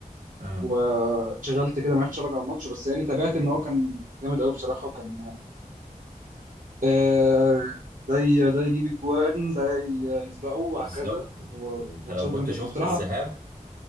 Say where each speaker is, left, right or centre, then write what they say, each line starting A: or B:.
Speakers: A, on the right; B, on the right.
A: امم
B: وشغلت كده ما عرفتش اراجع الماتش بس يعني تابعت ان هو كان جامد قوي بصراحه وكان أه ده ي- ده يجيب الجوان ده ي- يسبقه وهكذا
A: بالظبط
B: هو
A: يعني انت
B: ماتشات
A: لو كنت
B: جامده
A: شفت
B: بصراحه
A: الذهاب